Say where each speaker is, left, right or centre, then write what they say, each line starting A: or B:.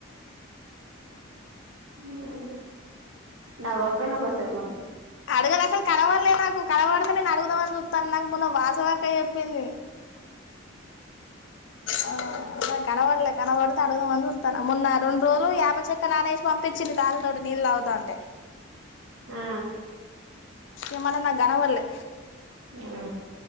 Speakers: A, on the right; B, on the left.
A: ఉమ్ నవ్వ పోయినవ్ కొద్దిసేపు
B: అడగదు అసలు కనాపడలేదు నాకు కనపడితే నేను అడుగుదా అని చుత్తన్నా నాకు మొన్న వాసవి అక్క పెంది అ కనపడలే కనబడితే అడుగుదామని చూస్తాన్న మొన్న రెండు రోజులు యాప చెక్క నానేసి పంపించింది తాతతోటి నీళ్ళు తగుతంటే
A: ఆ
B: ఏమో నండి నాకు కనపడలే
A: ఆ